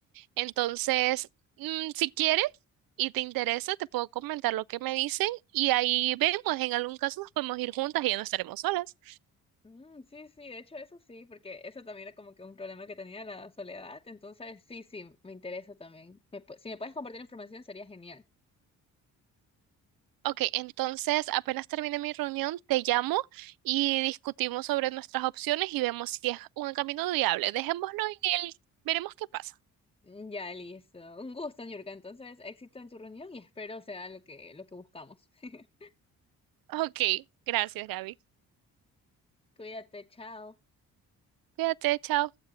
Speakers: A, on the right; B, on the left.
A: Entonces, mm, si quieres y te interesa, te puedo comentar lo que me dicen y ahí vemos, en algún caso nos podemos ir juntas y ya no estaremos solas.
B: Mm, sí, sí, de hecho eso sí, porque eso también era como que un problema que tenía la soledad, entonces sí, sí, me interesa también. Me pu- si me puedes compartir información sería genial.
A: Ok, entonces apenas termine mi reunión, te llamo y discutimos sobre nuestras opciones y vemos si es un camino viable. Dejémoslo en el, veremos qué pasa.
B: Mm, Ya, listo. Un gusto, Niurka. Entonces, éxito en tu reunión y espero sea lo que, lo que buscamos. <laughs>
A: Ok, gracias, Gaby.
B: Cuídate, chao.
A: Cuídate, chao.